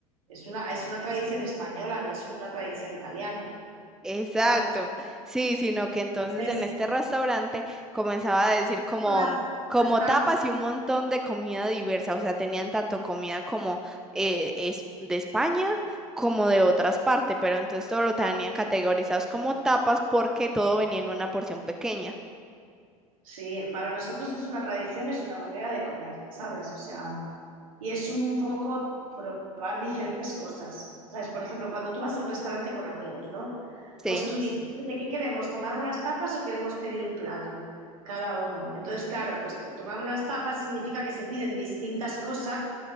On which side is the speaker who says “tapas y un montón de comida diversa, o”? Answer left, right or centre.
Centre